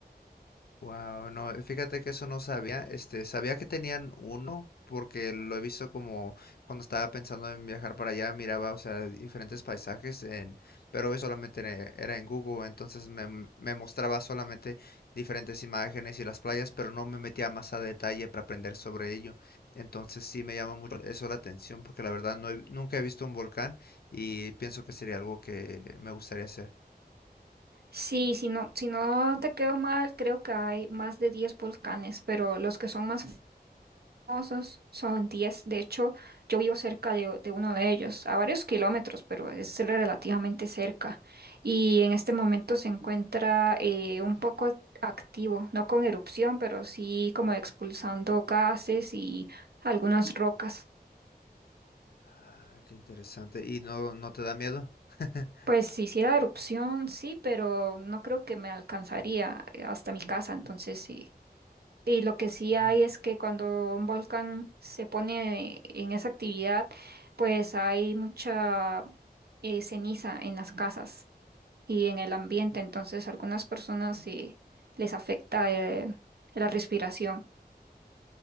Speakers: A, on the left; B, on the right.
A: Wow, no, eh, fíjate que eso no sabía, este, sabía que tenían uno porque lo he visto como cuando estaba pensando en viajar para allá, miraba, o sea, diferentes paisajes en, pero hoy solamente era era en Google, entonces me, m- me mostraba solamente diferentes imágenes y las playas, pero no me metía más a detalle para aprender sobre ello. Entonces sí me llama mucho eso la atención porque la verdad no he- nunca he visto un volcán y pienso que sería algo que me gustaría hacer.
B: Sí, si no, si no te quedo mal, creo que hay más de 10 volcanes, pero los que son más famosos, son diez, De hecho, yo vivo cerca de, de uno de ellos, a varios kilómetros, pero es relativamente cerca. Y en este momento se encuentra eh, un poco activo, no con erupción, pero sí como expulsando gases y algunas rocas.
A: Ah, qué interesante. ¿Y no, no te da miedo? <laughs>
B: Pues si hiciera erupción, sí, pero no creo que me alcanzaría eh, hasta mi casa, entonces sí. Y lo que sí
A: Mm.
B: hay es que cuando un volcán se pone en esa actividad, pues hay mucha eh, ceniza en las casas y en el ambiente. Entonces, algunas personas sí les afecta eh, la respiración.